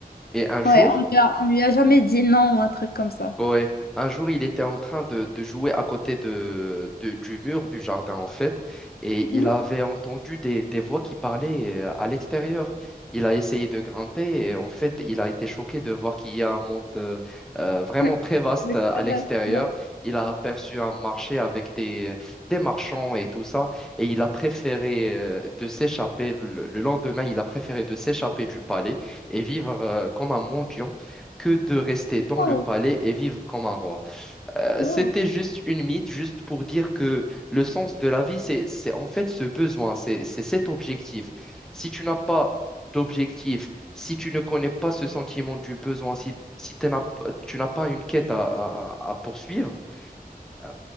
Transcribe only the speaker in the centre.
Et un jour,
Ouais, un jour il était en train de, de jouer à côté de, de- du mur du jardin en fait, et il
avait entendu des, des voix qui parlaient euh, à l'extérieur. Il a essayé de grimper et en fait il a été choqué de voir qu'il y a un monde euh, euh, vraiment
très vaste
euh, à l'extérieur.
Il a aperçu un marché avec des, euh, des marchands et tout ça, et il a préféré euh, de s'échapper le, le lendemain, il a préféré de s'échapper du palais et vivre euh, comme un mendiant que de rester dans
le palais et vivre comme un roi. Euh,
c'était juste une mythe, juste pour dire que le sens de la vie, c'est, c'est en fait ce besoin, c'est, c'est cet objectif. Si tu n'as pas d'objectif, si tu ne connais pas ce sentiment du besoin, si, si t'en as- tu n'as pas une quête à, à- à- à poursuivre, tu